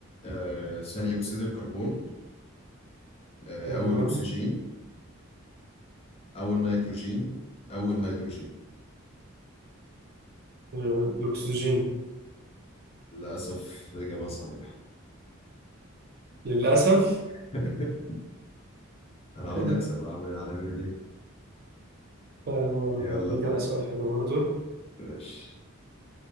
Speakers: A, on the left; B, on the right.
A: آه، ثاني أكسيد الكربون آه،
B: تمام
A: أو الأكسجين أو النيتروجين أو الهيدروجين
B: آه، الاكسجين
A: للأسف إجابة صحيحة
B: للاسف
A: <laughs> أنا عاوز
B: <laughs>
A: أكسب أعمل هنعمل إيه؟
B: آه،
A: يلا
B: اديك
A: طيب
B: انا سؤال حلو برضو
A: ماشي